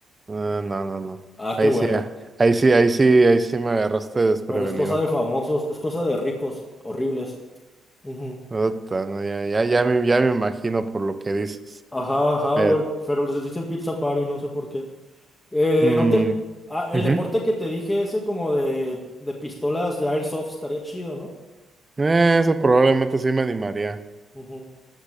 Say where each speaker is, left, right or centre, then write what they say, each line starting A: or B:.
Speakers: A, on the right (about 25°); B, on the left (about 15°).
A: Ah, no, no, no.
B: Ah,
A: Ahí
B: qué bueno.
A: sí, ah, ahí sí, ahí sí, ahí sí me agarraste desprevenido.
B: Pero es cosa de famosos, es cosa de ricos, horribles. Ujú.
A: Puta, no, ya, ya, ya me, ya me imagino por lo que dices.
B: Ajá, ajá,
A: Pero,
B: güey. Pero les dicen pizza party, no sé por qué. Eh,
A: mm,
B: no te... Ah, el
A: ujú.
B: deporte que te dije, ese como de, de pistolas de airsoft, estaría chido, ¿no?
A: Eh, Eso probablemente sí me animaría.
B: Ujú.